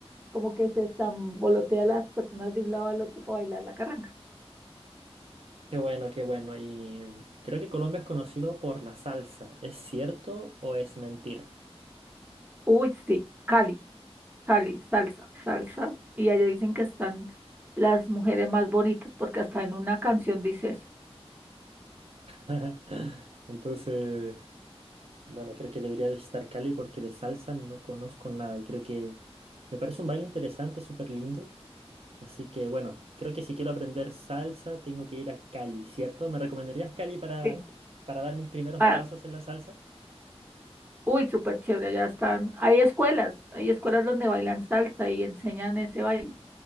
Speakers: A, on the right; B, on the right.
A: como que se estambolotea las personas de un lado al otro para bailar la carranga.
B: Qué bueno, qué bueno. Y creo que Colombia es conocido por la salsa. ¿Es cierto o es mentira?
A: Uy, sí, Cali. Cali, salsa, salsa. Y allá dicen que están las mujeres más bonitas porque hasta en una canción dice eso.
B: <laughs> Entonces, bueno, creo que debería visitar Cali porque de salsa no conozco nada y creo que me parece un baile interesante, súper lindo. Así que bueno, creo que si quiero aprender salsa tengo que ir a Cali, ¿cierto? ¿Me recomendarías Cali para,
A: Sí,
B: para dar mis primeros
A: Ah,
B: pasos
A: claro.
B: en la salsa?
A: uy, súper chévere, allá están. Hay escuelas, hay escuelas donde bailan salsa y enseñan ese baile.